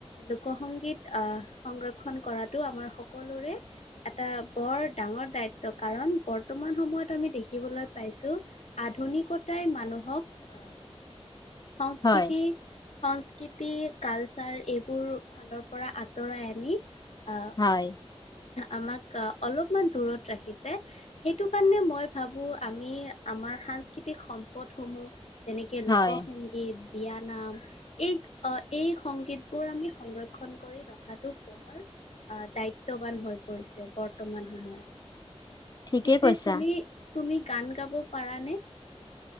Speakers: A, on the left; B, on the left.
A: লোক সংগীত আহ, সংৰক্ষণ কৰাটো আমাৰ সকলোৰে এটা বৰ ডাঙৰ দায়িত্ব, কাৰণ বৰ্তমান সময়ত আমি দেখিবলৈ পাইছোঁ আধুনিকতাই মানুহক আহ সংস্কৃতি
B: হয়
A: সংস্কৃতি কালচাৰ এইবোৰ ফালৰ পৰা আঁতৰাই আনি আ
B: হয়।
A: আমাক অলপমান দূৰত ৰাখিছে। সেইটো কাৰণে মই ভাবোঁ আমি আমাৰ সাংস্কৃতিক সম্পদসমূহ যেনেকে‌
B: হয়
A: লোক সংগীত, বিয়ানাম এই আহ এই সংগীতবোৰ আমি সংৰক্ষণ কৰি ৰখাটো বৰ আহ দায়িত্ব বান হৈ পৰিছে বৰ্তমান সময়ত।
B: ঠিকেই
A: পিছে
B: কৈছা।
A: তু তুমি গান গাব পাৰানে?